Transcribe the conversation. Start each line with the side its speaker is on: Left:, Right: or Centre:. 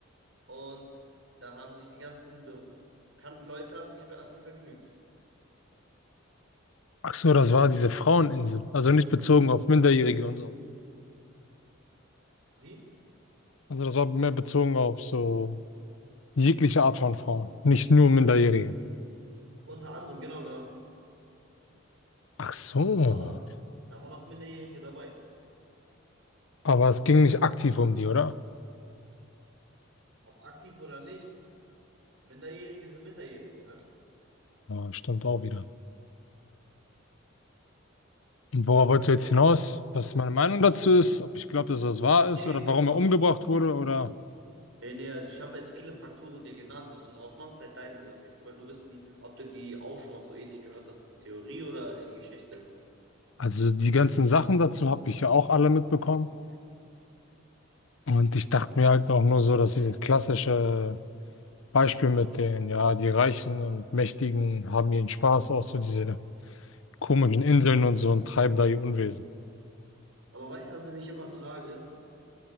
Right: Und dann haben sich die ganzen bekannten Leute an sich, an die vergnügt.
Left: Ach so, das war diese Fraueninsel. Also nicht bezogen auf Minderjährige und so.
Right: Wie?
Left: Also das war mehr bezogen auf so jegliche Art von Frauen. Nicht nur Minderjährige.
Right: Unter anderem, genau, genau.
Left: Ach so.
Right: Aber da waren auch Minderjährige dabei.
Left: Aber es ging nicht aktiv um die, oder?
Right: Ob aktiv oder nicht, Minderjährige sind Minderjährige, ne?
Left: Ja, stimmt auch wieder. Und worauf wolltest du jetzt
Right: Also
Left: hinaus? Was meine Meinung dazu ist? Ob ich glaube, dass das wahr ist
Right: Nee,
Left: oder
Right: ich
Left: warum
Right: wollte fragen.
Left: er umgebracht wurde oder...
Right: Nee, nee, also ich habe jetzt viele Faktoren dir genannt. Was du draus machst, halt deine Sache. Ich wollte nur wissen, ob du die auch schon mal so ähnlich gehört hast, die Theorie oder die Geschichte.
Left: Also die ganzen Sachen dazu habe ich ja auch alle mitbekommen. Und ich dachte mir halt auch nur so, dass dieses klassische Beispiel mit den, ja, die Reichen und Mächtigen haben ihren Spaß auf so diese komischen Inseln und so und treiben da ihr Unwesen.
Right: Aber weißt du, was ich mich immer frage?